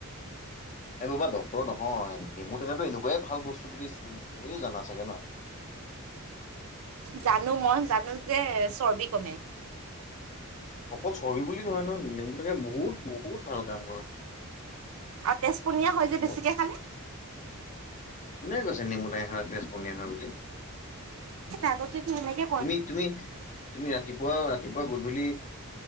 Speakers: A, on the left; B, on the right.
A: এই বাবা ডক্তৰ নহয়, নেমু টেঙাটো এনেকুৱাই ভাল বস্তু তুমি তুমিও জানা চাগে ন।
B: জানো মই জানো যে চৰ্বি কমে।
A: অকল চৰ্বি বুলি নহয় ন নেমু টেঙাই বহুত বহুত ভাল কাম কৰে।
B: আৰু তেজপনীয়া হয় যে বেছিকে
A: ব-
B: খালে
A: কোনে কৈছে নেমু টেঙা খালে তেজপনীয়া হয় বুলি?
B: আগতেটো এনেকে
A: তুমি, তুমি, তুমি ৰাতিপুৱাও ৰাতিপুৱা গধূলি